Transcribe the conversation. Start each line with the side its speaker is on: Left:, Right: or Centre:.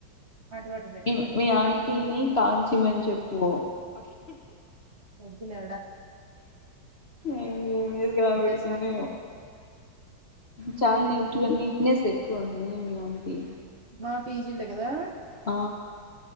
Right: వాటర్ పెట్టినా
Left: మీ మీ ఆంటీని కాంచిమని చెప్పు
Right: వద్దులే ఆడ
Left: ఏం వేసి కాబెడుతుందో
Right: బెసానికి
Left: చా నీట్ గా నీట్నేెస్ ఎక్కువ అండి మీ ఆంటీ
Right: మా పీజీలొ కదా
Left: ఆ